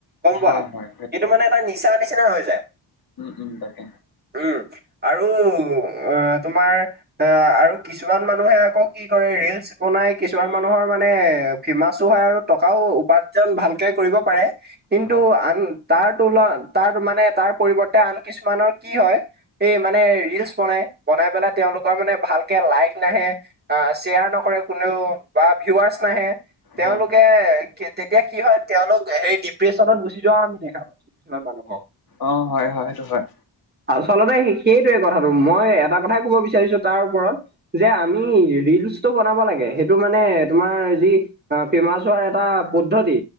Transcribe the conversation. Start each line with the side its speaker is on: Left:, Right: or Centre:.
Right: গম পোৱা?
Left: হয় হয় হয়
Right: এইটো
Left: হয়
Right: মানে এটা নিচা নিচিনা হৈ যায়।
Left: উম, উম, তাকে।
Right: উম। আৰু অ তোমাৰ আহ আৰু কিছুমান মানুহে আকৌ কি কৰে ৰিলচ বনাই, কিছুমান মানুহৰ মানে ফিমাচো হয় আৰু টকাও উপাৰ্জন ভালকে কৰিব পাৰে। কিন্তু
Left: হয়
Right: আন তাৰ তুল তাৰ মানে তাৰ পৰিৱৰ্তে আন কিছুমানৰ কি হয় এই মানে ৰিলচ বনাই, বনাই পেলাই তেওঁলোকৰ মানে ভালকে লাইক নাহে আহ শ্বেয়াৰ নকৰে, কোনেও বা ভিৱাৰ্চ নাহে, তেওঁলোকে
Left: হয় হয়
Right: কে তেতিয়া কি হয় তেওঁলোক হেৰি ডিপ্ৰেশ্যনত গুচি যোৱা আমি দেখা পা কিছুমান মানুহ হ
Left: অ হয় হয় সেইটো হয়
Right: আচলতে সি সেইটোৱে কথাটো, মই এটা কথাই কব বিচাৰিছো তাৰ ওপৰত যে আমি ৰিলছটো ব নাব লাগে সেইটো মানে তোমাৰ যি এ ফেমাচ হোৱাৰ এটা পদ্ধতি।